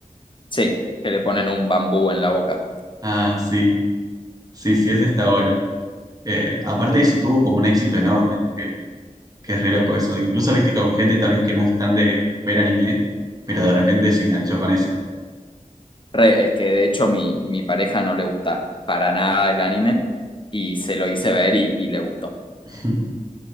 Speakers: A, on the left (about 35°); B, on the right (about 25°).
A: sí. Que le ponen un bambú en la boca.
B: Ah, sí. Sí, sí, ese está bueno. Eh, aparte de eso, tuvo como un éxito enorme, que, que es re loco eso. Incluso viste que con gente tal vez que no es tan de ver anime, pero de repente se enganchó con ese.
A: Re, es que de hecho mi, mi pareja no le gusta para nada el anime y se lo hice ver y y le gustó.
B: <laughs>